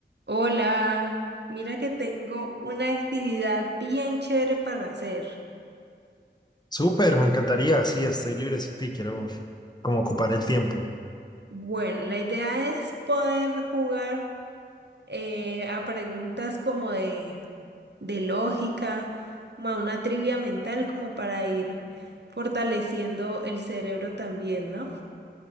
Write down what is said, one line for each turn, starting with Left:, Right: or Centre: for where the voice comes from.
Right: Hola, mira que tengo una actividad bien chévere para hacer.
Left: Súper, me encantaría, sí, estoy librecito y quiero como ocupar el tiempo.
Right: Bueno, la idea es poder jugar eh, a preguntas como de, de lógica, como a una trivia mental, como para ir fortaleciendo el cerebro también, ¿no?